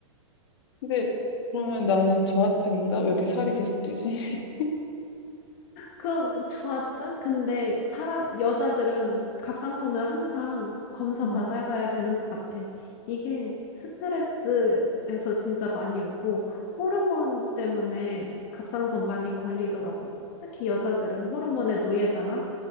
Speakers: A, on the left (about 50°); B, on the left (about 35°).
A: 근데 그러면 나는 저하증인가? 왜 이렇게 살이 계속 찌지? <laughs>
B: 그 저하증? 근데 사람 여자들은 갑상선을 항상 검사
A: 음.
B: 받아봐야 되는 것 같아. 이게 스트레스에서 진짜 많이 오고 호르몬 때문에 갑상선 많이 걸리더라고. 특히 여자들은 호르몬의 노예잖아.